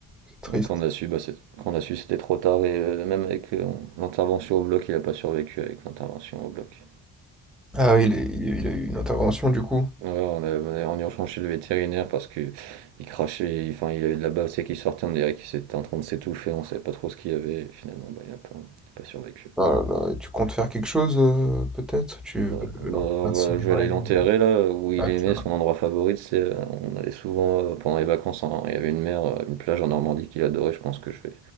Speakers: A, in the centre; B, on the right (about 80°).
A: C'est triste.
B: mais quand on a su, bah, c'est- quand on a su, c'était trop tard, et euh, même avec euh, l'intervention au bloc, il a pas survécu avec l'intervention au bloc.
A: Ah oui, il, est- il- il a eu une intervention, du coup.
B: Ouais, on est on est en urgence chez le vétérinaire parce que il crachait, il- enfin, il avait de la bave, c'est qui sortait, on dirait qu'il était en train de s'étouffer, on savait pas trop ce qu'il y avait, et finalement, bah, il a pas, pas survécu.
A: Ah là là, et tu comptes faire quelque chose, euh, peut-être? Tu
B: Bon,
A: veux le-
B: bah,
A: l'en-
B: euh,
A: l'incinérer?
B: je vais aller
A: euh,
B: l'enterrer là où il
A: Ah,
B: aimait
A: tiens.
B: son endroit favori, c'est euh, on allait souvent euh, pendant les vacances, hein, il y avait une mer, euh, une plage en Normandie qu'il adorait, je pense que je vais,